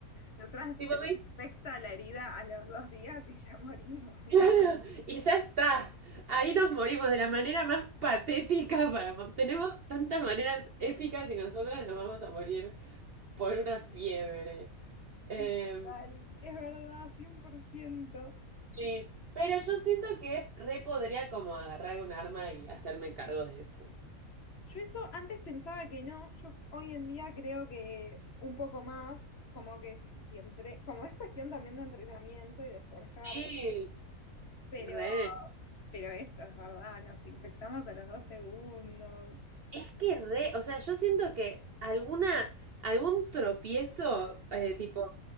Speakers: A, on the left; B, on the right.
A: Nosotras
B: tipo,
A: se nos
B: me dijo,
A: infecta la herida a los dos días y ya morimos.
B: claro, y ya está, ahí nos morimos de la manera más patética para... mo- Tenemos tantas maneras épicas y nosotras nos vamos a morir por una fiebre.
A: Sí,
B: Em,
A: total, sí, es verdad, cien por ciento
B: Sí, pero yo siento que re podría como agarrar un arma y hacerme cargo de eso.
A: Yo eso antes pensaba que no, yo hoy en día creo que un poco más, como que si, si entre, como es cuestión también de entrenamiento y de forjar,
B: Sí,
A: pero,
B: re.
A: pero eso es verdad, nos infectamos a los dos segundos.
B: Es que re, o sea, yo siento que alguna, algún tropiezo, eh, tipo,